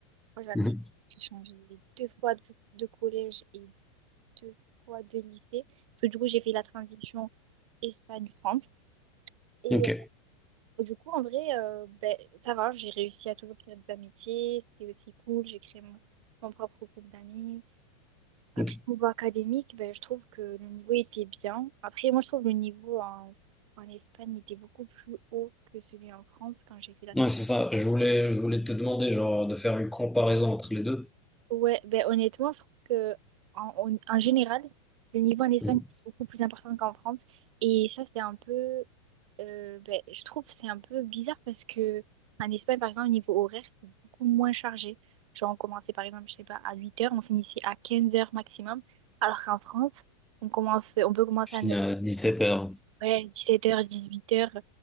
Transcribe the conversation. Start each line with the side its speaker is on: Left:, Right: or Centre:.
Right: Moi, j'en
Centre: euh. Mhm.
Right: ai, j'ai changé deux fois de, de collège et deux fois de lycée. Parce que du coup, j'ai fait la transition Espagne-France. Et
Centre: Ok.
Right: euh, du coup, en vrai, euh, ben, ça va, j'ai réussi à toujours faire des amitiés. C'était aussi cool. J'ai créé mon, mon propre groupe d'amis. Après,
Centre: Ok.
Right: au niveau académique, ben, je trouve que le niveau était bien. Après, moi, je trouve le niveau en, en Espagne était beaucoup plus haut que celui en France quand j'ai fait la
Centre: Ouais,
Right: transition.
Centre: c'est ça. Je voulais, je voulais te demander genre de faire une comparaison entre les deux.
Right: Ouais, ben honnêtement, je trouve que en, en- en général, le niveau en Espagne
Centre: Mhm.
Right: est beaucoup plus important qu'en France. Et ça, c'est un peu, euh, ben, je trouve, que c'est un peu bizarre parce que en Espagne, par exemple, au niveau horaire, c'est beaucoup moins chargé. Genre, on commençait par exemple, je sais pas, à 8 heures, on finissait à 15 heures maximum. Alors qu'en France, on commence, on peut commencer
Centre: Je
Right: à
Centre: finis
Right: ne-
Centre: à 17 heures.
Right: ouais, 17 heures, huit heures.